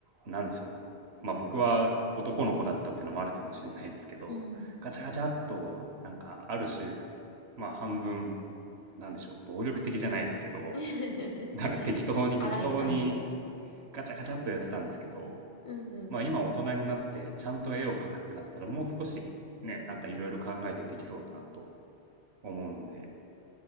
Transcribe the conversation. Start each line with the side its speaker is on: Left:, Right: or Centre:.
Right: なんでしょう。まあ僕は男の子だったっていうのもあるかもしれないですけど、
Left: うん。
Right: ガチャガチャっと、なんかある種、まあ半分、なんでしょう、暴力的じゃないですけど、
Left: <laughs>
Right: なんか適当に適当に
Left: 荒い感じで。
Right: ガチャガチャっとやってたんですけど、
Left: うんうん。
Right: まあ今大人になってちゃんと絵を描くってなったらもう少しね、なんかいろいろ考えてできそうだなと思うんで、